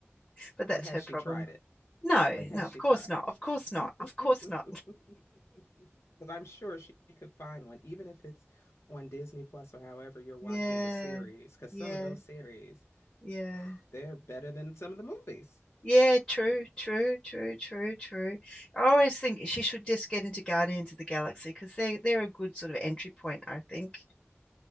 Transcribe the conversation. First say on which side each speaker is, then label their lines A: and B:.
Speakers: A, on the left; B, on the left.
A: But that's
B: But has
A: her
B: she
A: problem.
B: tried it?
A: No,
B: But has
A: no, of
B: she
A: course
B: tried
A: not. Of course not.
B: it? <laughs>
A: Of course not.
B: Because I'm sure she could find one, even if it's on Disney Plus or however you're watching
A: Yeah.
B: the series. Because
A: Yeah.
B: some of those series,
A: Yeah.
B: <sighs> they're better than some of the movies.
A: Yeah, true, true, true, true, true. I always think she should just get into Guardians of the Galaxy because they they're a good sort of entry point, I think.